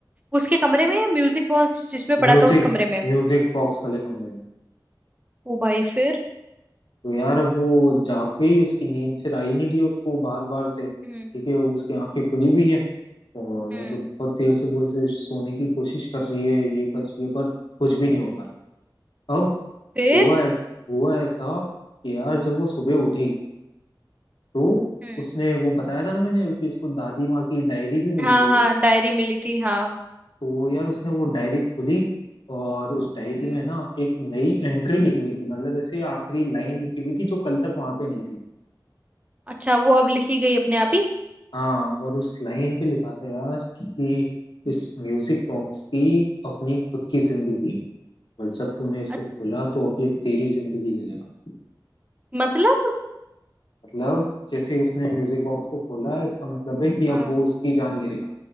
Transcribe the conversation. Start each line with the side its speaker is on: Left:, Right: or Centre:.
Right: उसके कमरे में या म्यूजिक बॉक्स जिसमें पड़ा
Left: म्यूजिक
Right: था उस कमरे में
Left: म्यूजिक बॉक्स वाले कमरे में
Right: ओ भाई फिर
Left: तो यार अब वो जाग गई उसकी नींद फिर आई नहीं रही उसको बार बार से ठीक
Right: हम्म
Left: है उसकी आंखें खुली हुई हैं और
Right: हम्म
Left: मतलब बहुत देर से वो ऐसे सोने की कोशिश कर रही है ये कर रही है पर कुछ भी नहीं हो पा रहा अब
Right: फिर
Left: हुआ ऐसा हुआ ऐसा कि यार जब वो सुबह उठी तो
Right: हम्म
Left: उसने वो बताया था ना मैंने कि उसको दादी माँ की डायरी भी मिली
Right: हाँ
Left: थी
Right: हाँ
Left: एक
Right: डायरी मिली थी हाँ
Left: तो वो यार उसने वो डायरी खोली और उस डायरी
Right: हम्म
Left: में ना एक नई एंट्री लिखी हुई थी मतलब ऐसे आखिरी लाइन लिखी हुई थी जो कल तक वहां पे नहीं थी
Right: अच्छा वो अब लिखी गई अपने आप ही
Left: हाँ और उस लाइन पे लिखा था यार कि इस म्यूजिक बॉक्स की अपनी खुद की जिंदगी है और जब तूने इसको
Right: अ-
Left: खोला तो अभी ये तेरी जिंदगी ले लेगा
Right: मतलब
Left: मतलब जैसे ही उसने म्यूजिक बॉक्स को खोला इसका मतलब है कि
Right: हाँ
Left: अब वो उसकी जान ले लेगा